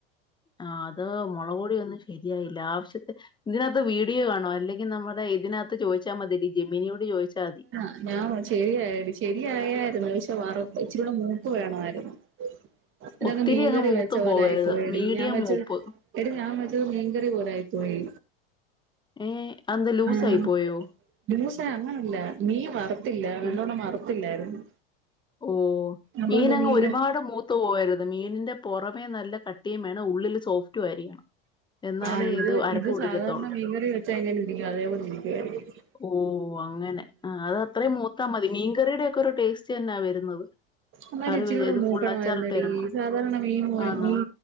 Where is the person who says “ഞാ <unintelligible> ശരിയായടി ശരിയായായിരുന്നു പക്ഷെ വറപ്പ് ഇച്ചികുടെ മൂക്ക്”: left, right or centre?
Right